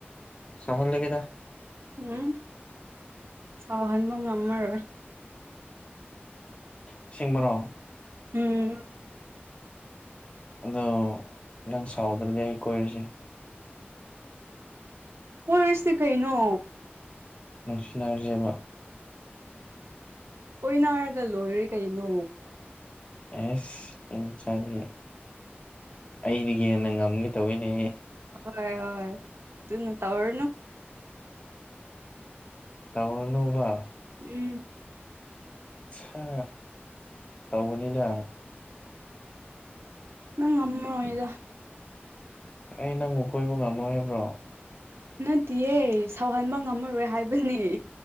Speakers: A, on the left; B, on the right.
A: ꯁꯥꯎꯍꯜꯂꯒꯦꯗ
B: ꯎꯝ ꯁꯥꯎꯍꯟꯕ ꯉꯝꯃꯔꯣꯏ
A: ꯑꯁꯦꯡꯕꯔꯣ
B: ꯎꯝ
A: ꯑꯗꯣ ꯅꯪ ꯁꯥꯎꯗ꯭ꯔꯗꯤ ꯑꯩ ꯀꯣꯏꯔꯁꯦ
B: ꯀꯣꯏꯔꯁꯤ ꯀꯩꯅꯣ
A: ꯅꯨꯡꯁꯤꯅꯔꯖꯦꯕ
B: ꯀꯣꯏꯅꯔꯒ ꯂꯣꯏꯔꯦ ꯀꯩꯅꯣ
A: ꯑꯦꯁ ꯏꯟ ꯆꯔ ꯑꯩꯗꯒꯤ ꯍꯦꯟꯅ ꯉꯝꯒꯦ ꯇꯧꯏꯅꯦ
B: ꯍꯣꯏ ꯍꯣꯏ ꯇꯨꯅ ꯇꯧꯔꯅ
A: ꯇꯧꯔꯅꯨꯕ
B: ꯎꯝ
A: ꯁꯥ ꯇꯧꯕꯅꯤꯗ
B: ꯅꯪ ꯉꯝꯃꯔꯣꯏꯗ
A: ꯑꯩ ꯅꯪꯕꯨ ꯀꯣꯏꯕ ꯉꯝꯃꯔꯣꯏ ꯍꯥꯏꯕ꯭ꯔꯣ
B: ꯅꯠꯇꯤꯌꯦ ꯁꯥꯎꯍꯟꯕ ꯉꯝꯃꯔꯣꯏ ꯍꯥꯏꯕꯅꯦ